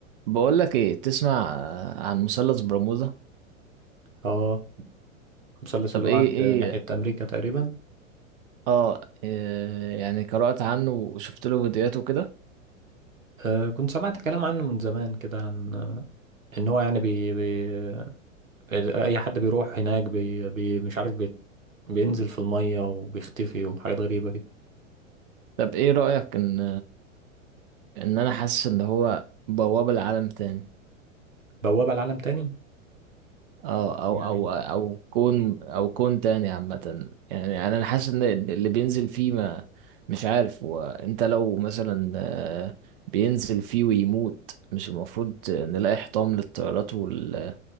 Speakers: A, on the right (about 45°); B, on the right (about 80°).
A: بقول لك ايه تسمع آه، عن مثلث برمودا
B: اه المثلث
A: طب
B: اللي
A: ايه
B: هو عند
A: ايه
B: ناحية أمريكا تقريبا
A: اه إيه يعني قرأت عنه وشفت له فيديوهات وكده
B: آه كنت سمعت كلام عنه من زمان كده عن آه، إن هو يعني بي بي أي حد بيروح هناك بي بي مش عارف بي بينزل في المية وبيختفي وحاجات غريبة كده
A: طب ايه رأيك ان ان انا حاسس ان هو بوابة لعالم تاني
B: بوابة لعالم تاني
A: اه او
B: يعني
A: او او كون او كون تاني عامة يعني انا أنا حاسس ان اللي بينزل فيه ما مش عارف وانت لو مثلا آه، بينزل فيه ويموت مش المفروض نلاقي حطام للطيارات وال-